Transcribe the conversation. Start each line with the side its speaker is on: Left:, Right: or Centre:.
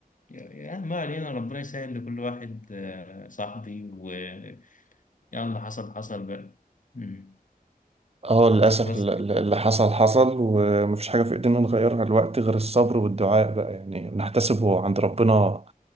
Left: يعني يعني ما علينا ربنا يسهل لكل واحد آه، صاحبي ويلا حصل حصل بقى مم.
Right: اه للأسف
Left: نشوف بس
Right: ال- اللي حصل حصل ومفيش حاجة في إيدينا نغيرها دلوقتي غير الصبر والدعاء بقى يعني نحتسبه عند ربنا